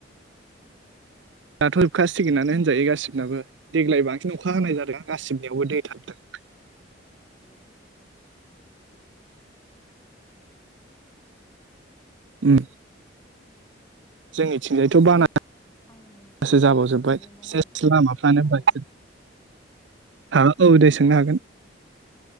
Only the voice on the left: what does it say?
औ।
आङो नोंथांनाव
माबा
सोंदोंमोन
आरो
खोनादों
मा होनदों